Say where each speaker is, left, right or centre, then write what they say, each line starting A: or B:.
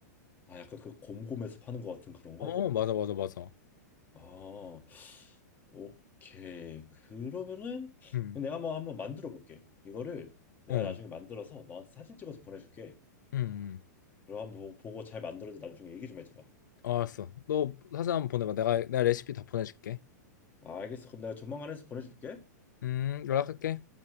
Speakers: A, on the left (about 20°); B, on the left (about 80°).
A: 아, 약간 그 곰곰에서 파는 것 같은 그런 거?
B: 어, 맞아, 맞아, 맞아.
A: 아, 오케이. 그러면은
B: 음.
A: 내가 한번 한번 만들어 볼게. 이거를 내가
B: 어, 음,
A: 나중에 만들어서 너한테 사진 찍어서 보내줄게.
B: 음.
A: 그럼 한번 보- 보고 잘 만들어서 나중에 얘기 좀 해주라.
B: 어, 알았어. 너 사진 한번 보내봐. 내가, 내가 레시피 다 보내줄게.
A: 아, 알겠어. 그럼 내가 조만간 해서 보내줄게.
B: 음, 연락할게.